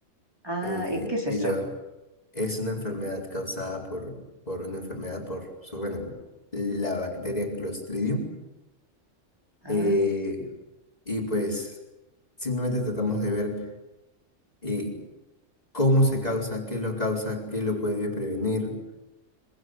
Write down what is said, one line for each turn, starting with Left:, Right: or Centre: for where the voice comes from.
Right: Ah,
Left: eh,
Right: ¿y ¿qué es
Left: y
Right: eso?
Left: lo, es una enfermedad causada por, por una enfermedad por, su- bueno, la bacteria Clostridium
Right: Ah,
Left: eh, y pues simplemente tratamos de ver eh, cómo se causa, qué lo causa, qué lo puede prevenir